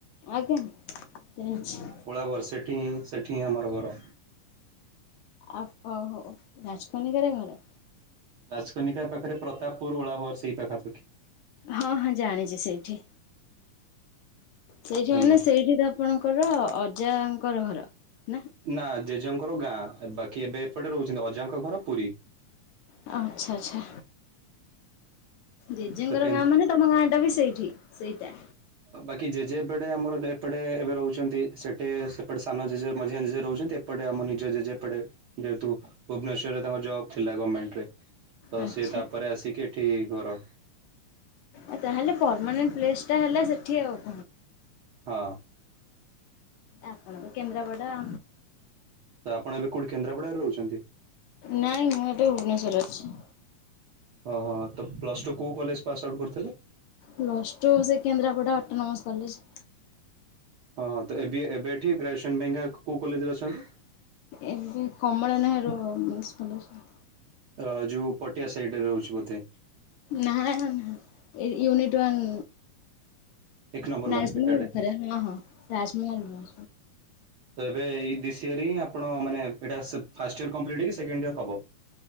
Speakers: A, on the left (about 75°); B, on the right (about 65°).
A: ଆଜ୍ଞା ଜାଣିଚି।
B: ଓଳାବର ସେଠି ହିଁ ସେଠିଁ ହିଁ ଆମର ଘର।
A: ଆ ଓ ହୋ ରାଜକନିକାରେ ଘର।
B: ରାଜକନିକା ପାଖରେ ପ୍ରତାପପୁର ଓଳାବର ସେଇ ପାଖାପାଖି।
A: ହଁ ହଁ ଜାଣିଛି ସେଇଠି ସେଇଠି
B: ଆଜ୍ଞା।
A: ମାନେ ସେଇଠି ତ ଆପଣଙ୍କର ଅଜାଙ୍କର ଘର ନା।
B: ନା ଜେଜେଙ୍କର ଗାଁ ବାକି ଏବେ ଏପଟେ ରହୁଛନ୍ତି ଅଜାଙ୍କ ଘର ପୁରୀ।
A: ଅ ଆଚ୍ଛା ଆଚ୍ଛା ଜେଜେଙ୍କର
B: ତ କେ
A: ଗାଁ ମାନେ ତମ ଗାଁ ଟା ବି ସେଇଠି ସେଇଟା।
B: ବାକି ଜେଜେ ଏପଟେ ଆମର ଏବେ ଏପଟେ ଏବେ ରହୁଛନ୍ତି ସେଠେ ସେପଟେ ସାନ ଜେଜେ ମଝିଆ ଜେଜେ ରହୁଛନ୍ତି। ଏପଟେ ଆମ ନିଜ ଜେଜେ ଯେହେତୁ ଭୁବନେଶ୍ଵରରେ ତାଙ୍କର ଜବ ଥିଲା ଗମେଣ୍ଟ ରେ। ତ
A: ଆଚ୍ଛା
B: ସିଏ ତାପରେ ଆସିକି ଏଠିକି ଘର
A: ଆ ତାହେଲେ ପରମାନେଣ୍ଟ ପ୍ଲେସ ଟା ହେଲା ସେଠି ଆଉ।
B: ହୁଁ।
A: ଆପଣ କେନ୍ଦ୍ରାପଡା ଆ।
B: ତ ଆପଣ ଏବେ କୋଉଠି କେନ୍ଦ୍ରାପଡ଼ାରେ ରହୁଛନ୍ତି?
A: ନାଇଁ ମୁ ଏବେ ଭୁବନେଶ୍ୱରରେ ଅଛି।
B: ହଁ ହଁ ତ ପ୍ଲସ୍ ଟୁ କେଉଁ କଲେଜ ପାସ୍ ଆଉଟ୍ କରିୁଥିଲେ।
A: ପ୍ଲସ୍ ଟୁ ସେ କେନ୍ଦ୍ରାପଡ଼ା ଅଟୋନୋମସ୍ କଲେଜ।
B: ହଁ ହଁ ତ ଏବେ ଏବେ ଏଠି ଗ୍ରାଜୁଏସନ ପାଇଁକା କୋଉ କଲେଜରେ ଅଛନ୍ତି।
A: ଏବେ କମଳା ନେହେରୁ ଓମେନ୍ସ କଲେଜ।
B: ଅ ଯୋଉ ପଟିଆ ସାଇଡରେ ରହୁଛି ବୋଧେ।
A: ନାଁ ନା ଏଇ ୟୁନିଟ୍ ୱାନ୍
B: ଏକ ନମ୍ବର
A: ରାଜମହଲ
B: ମାର୍କେଟ ଆଡେ।
A: ଭିତରେ ହଁ ହଁ ରାଜମହଲ।
B: ତ ଏବେ ଏଇ ବିଶି ଇୟରିଙ୍ଗ ଆପଣ ମାନେ ଏଇଟା ଫାଷ୍ଟ ଇୟର୍ କମ୍ପ୍ଲିଟ ହେଇ କି ସେେଣ୍ଡ ଇୟର ହବ।